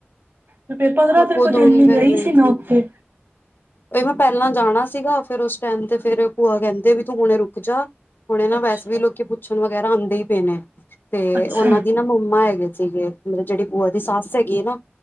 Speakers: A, on the right; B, on the left.
A: ਤੇ ਫਿਰ ਪੰਦਰਾਂ
B: ਮੈਂ
A: ਤਰੀਕ
B: ਖੁਦ ਹੁਣ
A: ਦਿਨ
B: <unintelligible>
A: ਲਈ ਗਈ ਸੀ ਮੈਂ ਉੱਥੇ
B: ਇਹ ਮੈਂ ਪਹਿਲਾ ਜਾਣਾ ਸੀਗਾ। ਫਿਰ ਉਸ ਟਾਈਮ ਤੇ ਫੇਰ ਭੂਆ ਕਹਿੰਦੇ ਵੀ ਤੂੰ ਹੁਣੇ ਰੁਕ ਜਾ ਹੁਣੇ ਨਾ
A: ਅੱਛਾ
B: ਵੈਸੇ ਵੀ ਲੋਕੀ ਪੁੱਛਣ ਵਗੈਰਾ ਆਂਦੇ। ਨੇ ਤੇ
A: ਅੱਛਾ,
B: ਉਹਨਾਂ ਦੀ ਨਾ ਮੰਮਾ ਹੈਗੇ ਸੀਗੇ। ਮਤਲਬ ਜਿਹੜੀ ਭੂਆ ਦੀ ਸੱਸ ਹੈਗੀ ਆ ਨਾ